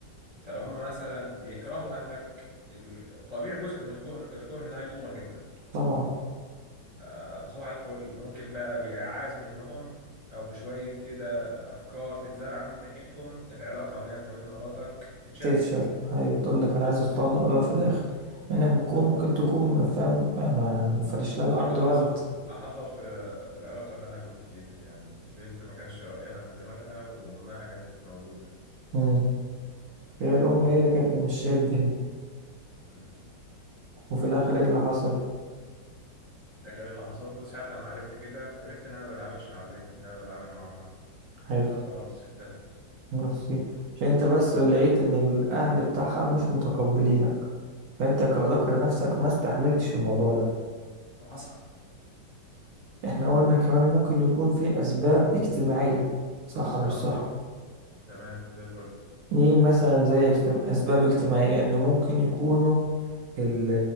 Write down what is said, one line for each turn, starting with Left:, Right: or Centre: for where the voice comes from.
Left: فلو هما مثلا بيكرهوا اهلك ال- طبيعي جزء من الكره الكره ده هيطولك انت
Right: طبعا
Left: آه، فصباح الفل ممكن بقى بإعاز منهم أو بشوية كده أفكار تتزرع من ناحيتهم العلاقة ما بينك وبين مراتك تتشقلب
Right: تفشل هاي وتقول لك انا عايز اتطلق بقى في الاخر مع انك ممكن
Left: اه
Right: ممكن تكون فاهم ما ما فرش لها
Left: على
Right: الارض
Left: فكرة ده
Right: ورد
Left: حصل ده حصل في في العلاقة اللي أنا كنت فيها يعني البنت ما كانش رأيها من دماغها وأمها كانت موجودة
Right: مم.
Left: كانت
Right: هي الام
Left: موجودة
Right: هي
Left: في
Right: اللي
Left: الآخر
Right: كانت ممشيه الدنيا
Left: مم.
Right: وفي الاخر ايه اللي حصل
Left: في الآخر إيه اللي حصل بس ساعة لما عرفت كده عرفت إن أنا ما بتعاملش مع البنت إن أنا بتعامل مع أمها
Right: عادي
Left: لا خلاص سبتها
Right: نصيب عشان انت بس لقيت ان الاهل بتاعها مش متقبلينك فانت كذكر نفسك ما استحملتش الموضوع ده
Left: حصل
Right: احنا قلنا كمان ممكن يكون في اسباب اجتماعيه صح ولا
Left: اه
Right: مش صح
Left: اه تمام زي الفل
Right: ليه مثلا زي اجتم... اسباب اجتماعيه ان ممكن يكونوا ال-